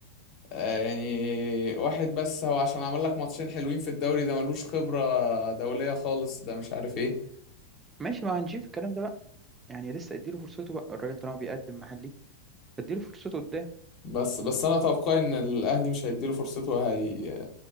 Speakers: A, on the left; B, on the right.
A: آه، يعني واحد بس هو عشان عمل لك ماتشين حلوين في الدوري ده ملوش خبرة دولية خالص ده مش عارف ايه
B: ماشي ما هنشوف الكلام ده بقى يعني لسه اديله فرصته بقى الراجل طالما بيقدم محلي اديله فرصته قدام
A: بس بس انا اتوقع ان الاهلي مش هيديله فرصته هي